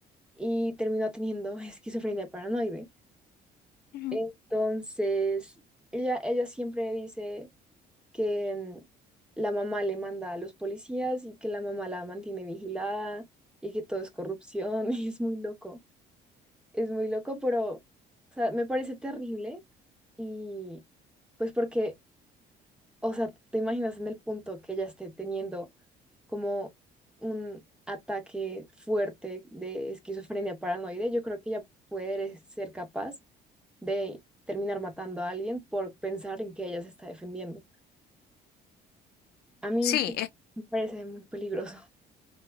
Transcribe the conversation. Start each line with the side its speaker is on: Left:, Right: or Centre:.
Centre: y terminó teniendo <laughs> esquizofrenia paranoide.
Left: Ujú.
Centre: Entonces, ella, ella siempre dice que mm, la mamá le manda a los policías y que la mamá la mantiene vigilada y que todo es corrupción <laughs> y es muy loco. Es muy loco, pero o sea, me parece terrible y pues porque o sea, ¿te imaginas en el punto que ella esté teniendo como un ataque fuerte de esquizofrenia paranoide? Yo creo que ella puede ser capaz de terminar matando a alguien por pensar en que ella se está defendiendo. A mí
Left: sí, es,
Centre: me parece muy peligroso.